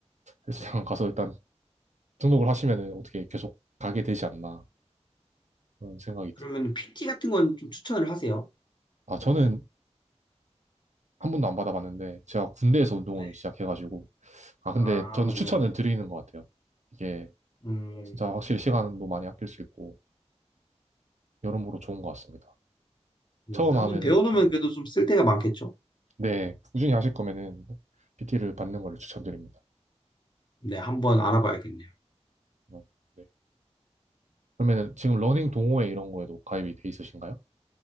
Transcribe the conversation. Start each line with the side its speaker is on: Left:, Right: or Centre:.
Right: 헬스장
Left: 네,
Right: 가서 일단 등록을 하시면은 어떻게 계속 가게 되지 않나 그런 생각이
Left: 그러면
Right: 드-
Left: PT 같은 건 좀 추천을 하세요.
Right: 아 저는 한 번도 안 받아봤는데 제가 군대에서 운동을
Left: 네.
Right: 시작해가지고 아 근데
Left: 아,
Right: 저는 추천은
Left: 네네.
Right: 드리는 것 같아요 이게
Left: 음,
Right: 진짜 확실히 시간도 많이 아낄 수 있고 여러모로 좋은 것 같습니다
Left: 음,
Right: 처음
Left: 한번
Right: 하면은
Left: 배워놓으면
Right: 좀 네,
Left: 그래도 좀 쓸 데가 많겠죠.
Right: 네, 꾸준히 하실 거면은 PT를 받는 거를 추천드립니다
Left: 네, 한번 알아봐야겠네요.
Right: 음, 네. 그러면은 지금 러닝 동호회 이런 거에도 가입이 돼 있으신가요?